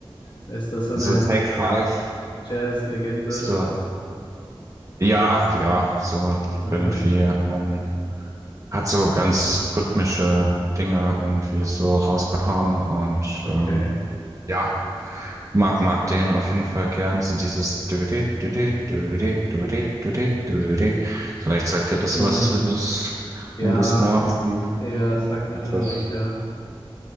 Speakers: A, on the left; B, on the right.
A: Ist das so eine
B: So Take Five,
A: Jazz-Legende
B: so,
A: oder was?
B: ja, ja, so
A: Aha,
B: irgendwie, ähm, hat so ganz rhythmische Dinge irgendwie so rausgehauen und ähm,
A: okay.
B: ja, mag, mag den auf jeden Fall gern. So dieses Düdi, Düdi, Düdi, Düdi, Düdi, Düdi. Vielleicht sagt dir das
A: Mm,
B: was, wenn du es
A: Ja,
B: wenn du es mal in
A: ja, sagt mir
B: etwas
A: schon was, ja.